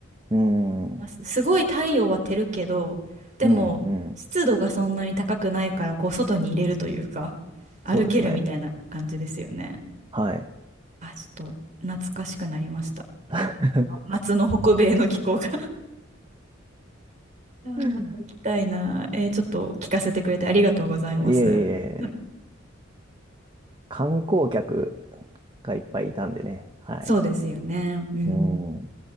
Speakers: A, on the right; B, on the right.
A: うん。
B: ますすごい太陽は照るけど、
A: うん。
B: でも湿度がそんなに高くないから、
A: うん。
B: こう外に入れるというか、歩けるみたいな感じですよね。
A: そうですね。はい。
B: あ、ちょっと懐かしくなりました。
A: <laughs>
B: あ夏の北米の気候が <laughs> あーまた行きたいな。
A: <laughs> いえ
B: えーちょっと聞かせてくれてありがとうございます。
A: いえいえ、
B: <laughs>
A: 観光客がいっぱいいたんでね。はい。
B: そうですよね。うん。
A: うん。